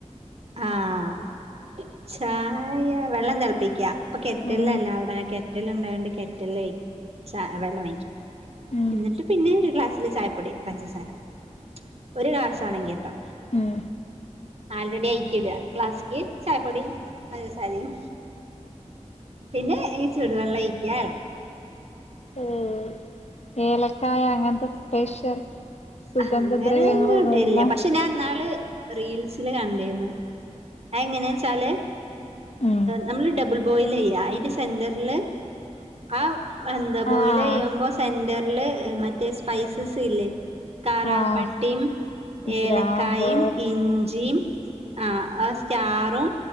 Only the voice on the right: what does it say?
ആഹ് ചായ വെള്ളം തിളപ്പിക്കാ- ഇപ്പ കെറ്റൽലല്ലാ
അവിടെ കെറ്റല്ണ്ടായോണ്ട് കെറ്റലയ് ചായവെള്ളം വയ്ക്കും
ഇന്നിട്ട് പിന്നെ ഒരു ഗ്ലാസ്സില് ചായപ്പൊടി പഞ്ചസാര ഒരു ഗ്ലാസ്സ് ആണെങ്കിട്ടോ
അല്ലടി ഐക്കിടാ ക്ലാസ്ക്ക് ചായപ്പൊടിയും പഞ്ചസാരയും പിന്നെ ഈ ചൂട് വെള്ളം ഒഴിക്കുക.
അങ്ങനെന്നു ഇടൽല്യ പക്ഷേ ഞാൻ ഇന്നാള് റീൽസില് കണ്ടിരുന്നു. അതെങ്ങനെച്ചാല്
നമ്മള് ഡബ്ൾ ബോയിലെയ്യാ അതിന്റെ സെന്ററില് ആഹ് എന്താ ബോയിലയ്യുമ്പോ
സെന്റർല് മറ്റേ സ്പൈസസ് ഇല്ലേ കാറാമ്പട്ടിം
ഏലക്കായിം
ഇഞ്ചിം ആഹ് അസ്റ്റാറും